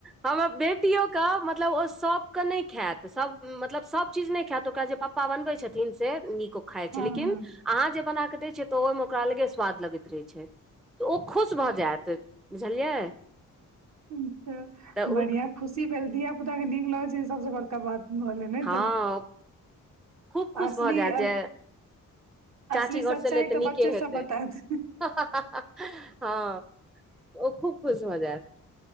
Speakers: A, in the centre; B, on the right.
A: हमर बेटियो के, मतलब ओ सबके नै खाएत। त सभ, मतलब, सब चीज नै खाएत, त ओकरा जे पप्पा बनबै छथिन, से नीक ओ खाइत
B: हँ
A: छै, लेकिन अहाँ जे बना क दै छियै, त ओइमे ओकरा अलगे स्वाद लगैत रहै छै, त ओ खुश भ जाएत। बुझलियै।
B: ई त
A: तऽ हुन
B: बढ़ियां खुशी भेल धिया पुताके नीक लगै छै सबसे बड़का बात। भेलै ने
A: हँ
B: तऽ
A: खूब खुश
B: असली
A: भ जाएत जे।
B: अ-
A: चाची
B: असली सच्चाइ
A: घरसँ एलैया त
B: तऽ
A: नीके
B: बच्चे सब
A: हेतै
B: बतायत
A: हा हा ह ह। ओ खूब खुश भ जाएत